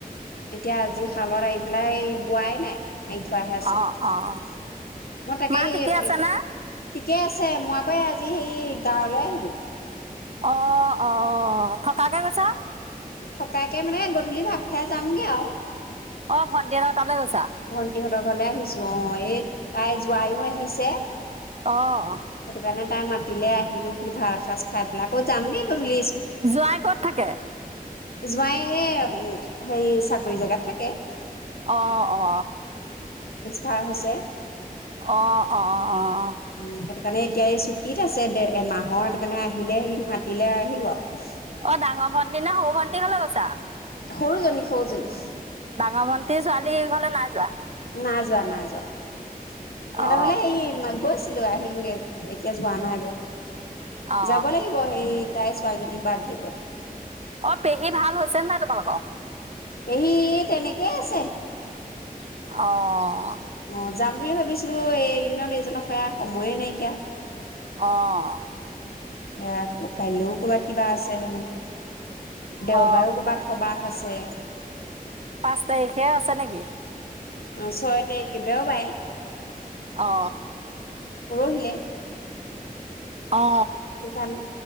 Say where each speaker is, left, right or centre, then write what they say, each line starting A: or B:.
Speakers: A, on the left; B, on the right.
A: এতিয়া আজি শালত আহি পেলাই এই বোৱাই নাই। আৰি থোৱাহে আছে,
B: অ' অ'
A: মই তাকে
B: মা
A: সেই
B: ঠিকে
A: এইফালে
B: আছে নে
A: ঠিকেই আছে মই আকৌ এই আজ আজি সেই গাঁৱলৈ আহিলো।
B: অ', অ', থকাকে গৈছা?
A: থকাকে মানে গধূলি ভাত খাই যামগে আৰু।
B: অ' ভণ্টিহঁতৰ তালৈ গৈছা
A: ভন্টিহঁতৰ ঘৰলে আহিছো অ', এই তাই জোৱাইও আহিছে।
B: অ'
A: সেটোকাৰণে তাই মাতিলে আহিলোঁ, ভাত এসাজ খাই পেলাই আকৌ যাম গে গধূলি
B: জোৱাই ক'ত থাকে?
A: জোৱাই এই, হেৰি চাকৰি জেগাত থাকে।
B: অ', অ'।
A: পাৰ হৈছে।
B: অ', অ'। অ'।
A: উম সেইটো কাৰণে এতিয়া এই ছুটীত আছে, দে, এমাহৰ কাৰণে আহিলে, মাতিলে আহিলোঁ আৰু।
B: অ ডাঙৰ ভণ্টি না, সৰু ভণ্টি ঘৰলে গৈছা?
A: সৰুজনী, সৰুজনী।
B: ঙৰ ভন্টীৰ ছোৱালী ঘৰলৈ নাই যোৱা।
A: নাই যোৱা, নাই যোৱা, সিহঁতে
B: অ
A: বোলে হেৰি মা গৈছিল আহো, আহিলোগে এতিয়া যোৱা নাই আগ
B: অ
A: যাব লাগিব সেই তাই ছোৱালীজনীৰ বাৰ্থডেতে
B: অ', পেহী ভাল হৈছে নাই তোমালোকৰ?
A: পেহী, তেনেকেই আছে।
B: অ'।
A: অ', যাম বুলি ভাবিছিলো, এইদিনত এইজনক সেয়া সময়ে নাইকিয়া।
B: অ'।
A: সেয়া আকৌ কাইলৈও ক'ৰবাত কিবা আছে, হেনো। দেওবাৰেও
B: অ
A: ক'বাত সবাহ আছে।
B: পাঁচ তাৰিখে আছে নেকি?
A: অ', ছয় তাৰিখে দেওবাৰে।
B: অ
A: পৰহিলে।
B: অ
A: এটো কাৰণে